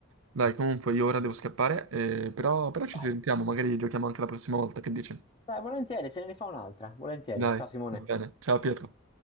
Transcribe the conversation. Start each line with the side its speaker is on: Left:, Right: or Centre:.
Right: Dai, comunque io ora devo scappare, eh, però, però ci
Left: Vai.
Right: sentiamo, magari giochiamo anche la prossima volta, che dici?
Left: Dai, volentieri, se ne rifà un'altra, volentieri.
Right: Dai,
Left: Ciao Simone.
Right: va bene. Ciao Pietro.